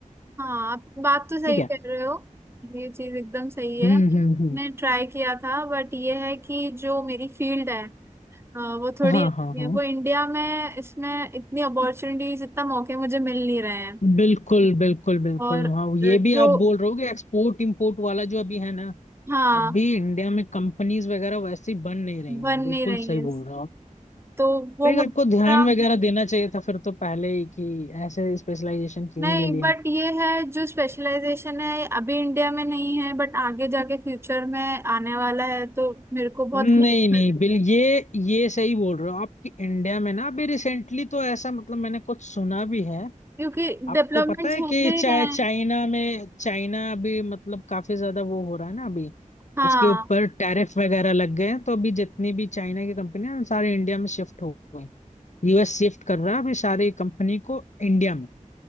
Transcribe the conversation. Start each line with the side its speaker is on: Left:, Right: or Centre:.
Right: हाँ आप बात तो सही
Left: ठीक है
Right: कह रहे हो ये चीज एकदम सही है
Left: हम्म
Right: मैंने
Left: हम्म हम्म
Right: ट्राई किया था बट ये है कि जो मेरी फील्ड है हाँ वो थोड़ी
Left: हाँ
Right: अलग
Left: हाँ हाँ
Right: है वो इंडिया में इसमें इतनी अपॉर्चुनिटीज इतना मौके मुझे मिल नहीं रहे हैं
Left: बिल्कुल बिल्कुल बिल्कुल
Right: और अ,
Left: हाँ ये भी
Right: जो
Left: आप बोल रहे हो कि एक्सपोर्ट इंपोर्ट वाला जो अभी है ना
Right: हाँ
Left: अभी इंडिया में कंपनीज वगैरह वैसे ही बन नहीं रही हैं
Right: बन
Left: बिल्कुल
Right: नहीं रही
Left: सही
Right: है
Left: बोल रहे हो आप
Right: तो वो
Left: लाइक आपको
Right: मुद्दा
Left: ध्यान वगैरह देना चाहिए था फिर तो पहले ही कि ऐसे स्पेशलाइजेशन क्यों
Right: नहीं
Left: ही ले लिया
Right: बट ये है जो स्पेशलाइजेशन है अभी इंडिया में नहीं है बट आगे जाके फ्यूचर में आने वाला है तो मेरे को बहुत
Left: नहीं
Right: हेल्प
Left: नहीं
Right: करेगा
Left: बिल ये ये सही बोल रहे हो आपकी इंडिया में ना अभी रिसेंटली तो ऐसा मतलब मैंने कुछ सुना भी है
Right: क्योंकि डेवलपमेंट्स
Left: आपको पता है
Right: होते
Left: कि चा,
Right: ही रहे
Left: चाइना
Right: हैं
Left: में चाइना अभी मतलब काफी ज्यादा वो हो रहा है ना अभी
Right: हाँ
Left: उसके ऊपर टैरिफ वगैरह लग गए हैं तो अभी जितनी भी चाइना की कंपनी है सारे इंडिया में शिफ्ट हो गए यूएस शिफ्ट कर रहा है अभी सारी कंपनी को इंडिया में